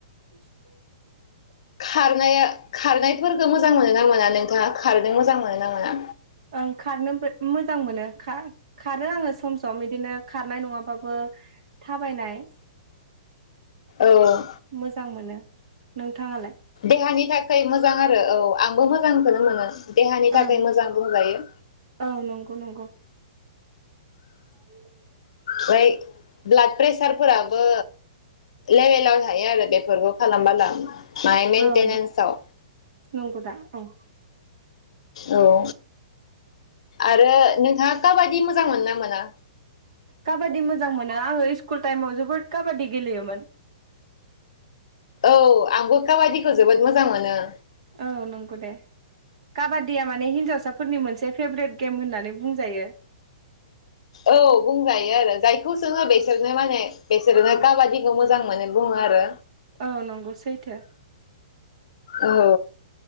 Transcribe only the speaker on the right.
<unintelligible>
ओं खारनो मोजां मोनो खारो आङो सम सम बिदिनो खारनाय नङाबाबो थाबायनाय
मोजां मोनो नोंथाङालाय
ओं
औ नंगौ नंगौ <inaudible>
औ नंगौ दा औ
काबादि मोजां मोनो आङो स्कुल टाइमाव जोबोद काबादि गेलेयोमोन
औ नंगौ दे काबादिया माने हिनजावसाफोरनि मोनसे फेभ्रेट गेम होननानै बुंजायो
औ नंगौ सैथो